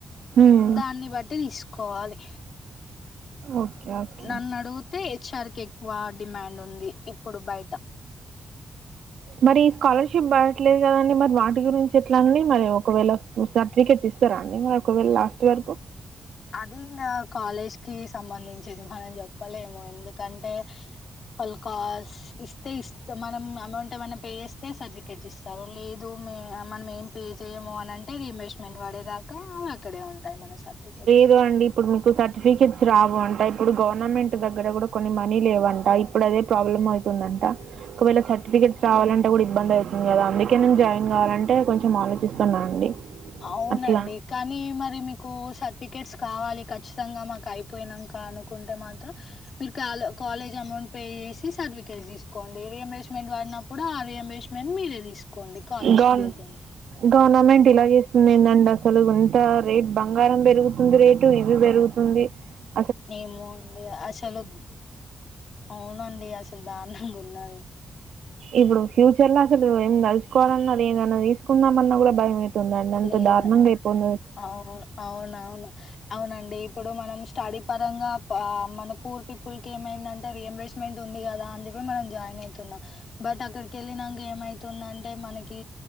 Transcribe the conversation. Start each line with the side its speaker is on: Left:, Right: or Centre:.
Right: హ్మ్
Left: దాన్ని బట్టి తీసుకోవాలి
Right: ఓకే ఓకే
Left: నన్న నడుగుతే ఎచ్ఆర్కె వా డిమాండ్ ఉంది ఇప్పుడు బయట
Right: మరి ఈ స్కాలర్షిప్ పడట్లేదు కదండి మరి వాటి గురించి ఎట్లానే మరి ఒకవేళ సర్టిఫికెట్స్ ఇస్తారా అండి మరి ఒకవేళ లాస్ట్ వరకు
Left: అది ఇంగా కాలేజ్ కి సంబంధించిది మనం జెప్పలేము ఎందుకంటే వాల్ కాస్ ఇస్తే ఇస్త మనం అమౌంట్ ఏమై పే చేస్తే సర్టిఫికేట్స్ ఇస్తారు లేదు మనం ఏం పే జేయము అంటే రీయంబర్స్మెంట్ పడేదాకా అక్కడే ఉంటాయి మన సర్టిఫికెట్
Right: ఇగో అండి ఇప్పుడు మీకు సర్టిఫికెట్స్ రావు అంట ఇప్పుడు గవర్నమెంట్ దగ్గర కూడా కొన్ని మనీ లేవంట ఇప్పుడు ఇదే ప్రాబ్లమ్ అయితుందంట ఒకవేళ సర్టిఫికెట్స్ రావాలంటే కూడా ఇబ్బంది అయితుంది గదా అందుకే నేన్ జాయిన్ గాలే అంటే కొంచెం ఆలోచిస్తున్నా అండి
Left: అవునండి
Right: అట్లా
Left: కానీ మరి మీకు సట్ ఫికెట్స్ కావాలి ఖచ్చితంగా మాకు అయిపోయినాక అనుకుంటే మాత్రం మీరు కాలేజ్ అమౌంట్ పే చేసి సర్టిఫికేట్ తీసుకోండి ర రీయంబేస్మెంట్ వాడినప్పుడు ఆ రియం బేస్మేంట్ న్ మీరే తీసుకోండి కాలేజ్కి
Right: గవర్
Left: ఇయ్యకండి
Right: గవర్నమెంట్ ఇలా చేస్తుంది ఏంటండి అసలు ఇంత రేట్ బంగారం బెరుగుతుంది రేటు ఇవి బెరుగుతుంది వే
Left: ఏమో అండి అసలు అవునండి అసలు దారుణంగా ఉన్నది
Right: ఇప్పుడు ఫ్యూచర్ లో అసలు ఏం దలుచుకోవాలన్నా ఏదన్నా దీసుకుందామన్నా గూడా భయం అన్నంత
Left: లేదు
Right: దారుణంగాఅయిపోంది
Left: అవును అవునవును అవునండి ఇప్పుడు మనం స్టడీ ప విధంగా మన పూర్ పీపుల్ కి ఏమైందంటే రియంబర్స్మెంట్ ఉంది గదా అందుకే మనం జాయిన్ అయితున్నాం బట్ అక్కడి కెళ్ళినాక ఏమైతుందంటే మనకి